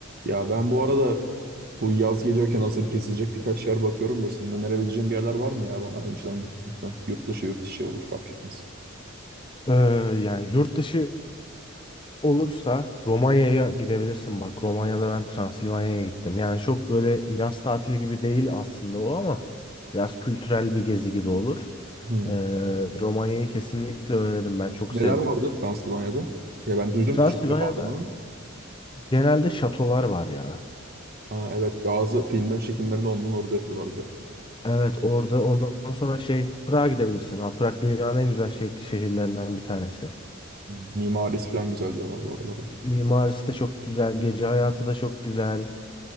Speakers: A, on the right (about 50°); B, on the left (about 25°).
A: Ya ben bu arada bu yaz geliyorken hazır kesilecek birkaç yer bakıyorum da senin önerebileceğin bir yerler var mı ya bana önceden gittiğim falan. Yurt dışı yurt dışı olur fark etmez.
B: Ee, yani yurt dışı olursa Romanya'ya gidebilirsin bak. Romanya'da ben Transilvanya'ya gittim. Yani çok böyle yaz tatili gibi değil aslında o ama biraz kültürel bir gezi gibi olur.
A: Hmm.
B: Ee, Romanya'yı kesinlikle öneririm ben çok
A: Neler
B: sevdim.
A: vardı Transilvanya'da? Ya ben duydum
B: Transilvanya'da
A: ki çok defa adını ama.
B: genelde şatolar var ya.
A: Ha, evet bazı filmlerin çekimlerini ondan orada yapıyorlardı.
B: Evet orada ondan sonra şey Prag'a gidebilirsin. Ha, Prag dünyanın en güzel şeh- şehirlerinden bir tanesi.
A: Hmm. Mimarisi falan güzel diyorlardı oralara.
B: Mimarisi de çok güzel, gece hayatı da çok güzel.